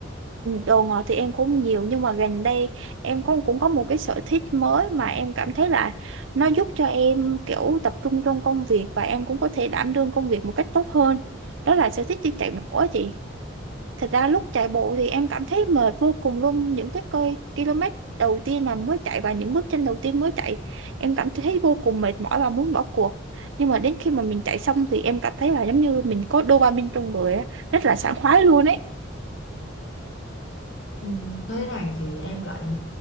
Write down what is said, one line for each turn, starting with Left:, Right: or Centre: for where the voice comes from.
Right: đồ ngọt thì em cũng nhiều nhưng mà gần đây em cũng cũng có một cái sở thích mới mà em cảm thấy là nó giúp cho em kiểu tập trung trong công việc và em cũng có thể đảm đương công việc một cách tốt hơn đó là sở thích đi chạy bộ á chị Thật ra lúc chạy bộ thì em cảm thấy mệt vô cùng luôn những cái cây km đầu tiên mà mới chạy và những bước chân đầu tiên mới chạy em cảm thấy vô cùng mệt mỏi và muốn bỏ cuộc nhưng mà đến khi mà mình chạy xong thì em cảm thấy là giống như mình có dopamine trong người á rất là sảng khoái luôn ấy
Left: Ừ, Thế này thì em lại